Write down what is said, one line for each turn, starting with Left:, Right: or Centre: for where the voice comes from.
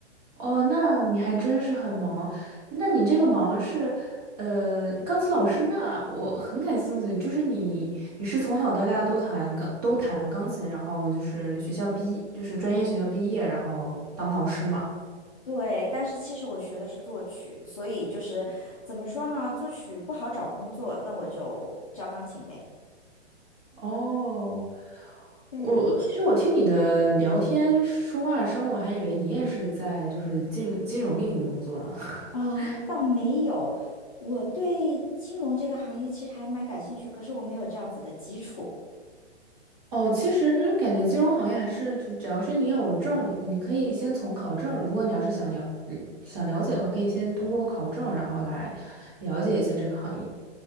Right: 哦，那你还真是很忙。那你这个忙是，呃，钢琴老师那我很感兴趣，就是你你是从小到大都弹钢都弹钢琴，然后就是学校毕就是专业学校毕业，然后当老师嘛。
Left: 对，但是其实我学的是作曲，所以就是怎么说呢，作曲不好找工作，那我就教钢琴呗。
Right: 哦，
Left: 对呀，
Right: 我其实我听你的聊天说话声，我还以为你也是在就是金融金融领域工作呢。
Left: 啊，
Right: <laughs>
Left: 倒没有，我对金融这个行业其实还蛮感兴趣，可是我没有这样子的基础，
Right: 哦，其实感觉金融行业还是就只要是你有证，你可以先从考证。如果你要是想了，嗯想了解的话，可以先通过考证，然后来了解一下这个行业。